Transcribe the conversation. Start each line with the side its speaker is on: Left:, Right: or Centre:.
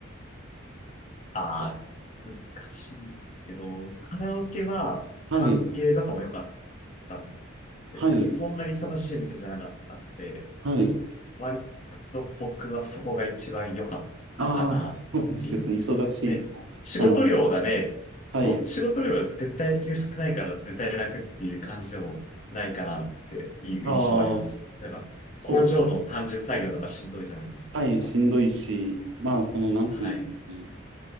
Left: ああ、難しいですけど、カラオケは関係とかも良かったん
Right: い、
Left: です。
Right: はい、
Left: そんなに忙しい店じゃなかったんで、
Right: はい。
Left: 割と僕はそこが一番良かったかなっていう。
Right: ああ、そうですよね。忙しいと。
Left: ね、仕事量がね、
Right: あの、はい。
Left: そう、仕事量が絶対的に少ないから絶対楽っていう感じでもないかなっていう印象はあります。
Right: ああ、
Left: 例えば、
Right: そう。
Left: 工場の単純作業とかしんどいじゃないですか。
Right: はい、しんどいし、まあ、その、なんていうんですかね。
Left: はい。